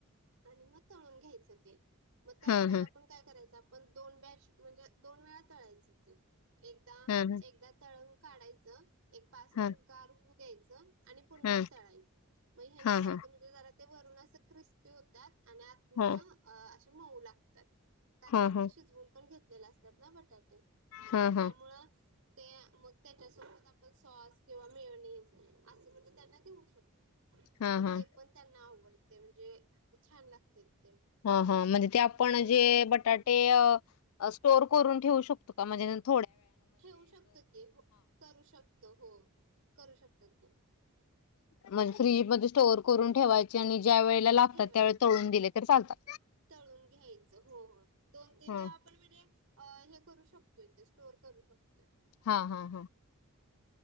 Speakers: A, on the right; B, on the left.
A: आणि मग तळून घ्यायचं ते. मग तळताना
B: हा,
A: पण काय करायचं आपण. दोन बॅश, म्हणजे दोन वेळा तळायचं ते. एकदा-
B: हा, हा,
A: एकदा तळून काढायचं. एक पाच मिनिट
B: हा,
A: गार होऊ द्यायचं. आणि पुन्हा
B: हा.
A: तळायचं. मग हेन
B: हा
A: काय
B: हा
A: होते, म्हणजे जरा ते वरून असं क्रिस्पी होतात. आणि आत न
B: हो
A: असे मऊ लागतात. कारण,
B: हो
A: आपण
B: हो
A: शिजवून ण घेतलेले असतात ना बटाटे.
B: हा
A: मग त्यामूळं,
B: हा
A: ते मग त्यांच्यासोबत आपण सॉस किंवा मेओनीज. असं म्हणजे त्यांना देऊ शक मग
B: हा हा
A: ते पण त्यांना आवडतय. म्हणजे छान लागतेत ते.
B: हा, हा. म्हणजे ते आपण
A: परत
B: जे, बटाटे स्टोअर करून ठेवू शकतो का? म्हणजे नंतर
A: ठेवू शकतो की. हो, करू शकतो. हो, करू शकतो की.
B: म्हणज फ्रीजमध्ये स्टोअर करून ठेवायचे. आणि ज्या वेळेला लागतात.
A: ठेवाय
B: त्यावेळी तळून दिले, तर चालतात.
A: तळून घ्यायचं. हो, हो. दोन- तीन
B: ह
A: देव आपण म्हणजे अ हे करू शकतोय. ते स्टोअर करू शकतोय.
B: हा, हा, हा.